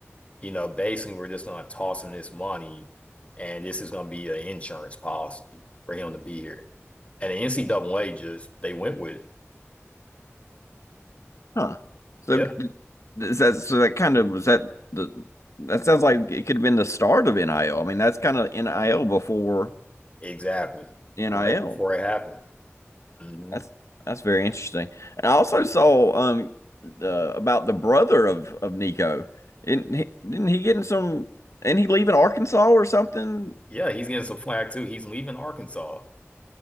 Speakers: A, on the left; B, on the left.
A: you know, basically we're just gonna toss him this money and this is gonna be an insurance policy for him to be here. And the NCAA just they went with it.
B: Huh. So
A: Yep,
B: is that so that kind of was that the that sounds like it could have been the start of NIL. I L. I mean, that's kind of NIL before
A: exactly.
B: NIL.
A: Right before it happened. hmm
B: That's that's very interesting. And I also saw um the about the brother of of Nico. Didn't he, didn't he get in some and he leaving Arkansas or something?
A: Yeah, he's getting some flack too. He's leaving Arkansas